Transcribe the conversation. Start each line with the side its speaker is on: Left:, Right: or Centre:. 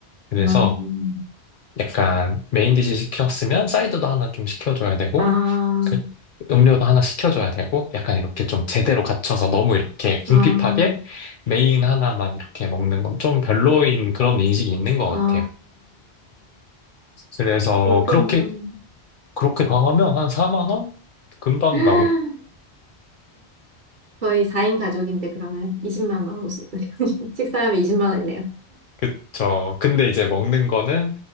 Left: 그래서
Right: 아, 음.
Left: 약간 메인 디시 시켰으면 사이드도 하나 좀 시켜줘야 되고
Right: 아,
Left: 그 음료도 하나 시켜줘야 되고 약간 이렇게 좀 제대로 갖춰서 너무 이렇게 궁핍하게
Right: 아.
Left: 메인 하나만 이렇게 먹는 건 좀 별로인 그런 인식이 있는 것
Right: 아,
Left: 같아요. 그래서 그렇게
Right: 그러면
Left: 그렇게 더 하면 한 4만 원 금방
Right: <laughs> 저희 4인 가족인데 그러면 이십만 원오 <laughs> 식사하면 20만 원이네요.
Left: 그쵸. 근데 이제 먹는 거는